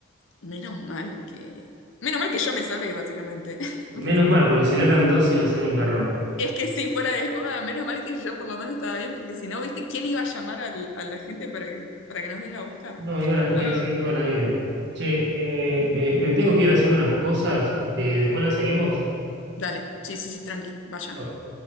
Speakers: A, on the left; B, on the right.
A: menos mal que... Menos mal que yo me salvé, básicamente. <laughs>
B: Menos mal, porque si no eran dos iba a ser un garrón.
A: Es que sí, fuera de joda, menos mal que yo por lo menos estaba bien, porque si no, ¿viste quién iba a llamar al- a la gente para que, para que nos venga a buscar?
B: No, iban a quedarse
A: Ah,
B: ahí toda
A: Dios.
B: la vida. Che, eh, me, me tengo que ir a hacer unas cosas. eh, después las seguimos.
A: Dale, sí, sí, sí, tranqui, vaya.
B: No.